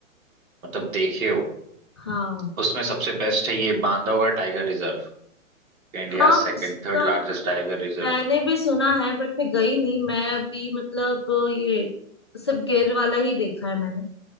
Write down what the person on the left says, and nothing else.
हाँ
हाँ
उसका
मैंने भी सुना है बट मैं गई नहीं मैं भी मतलब ये सिर्फ गिर वाला ही देखा है मैंने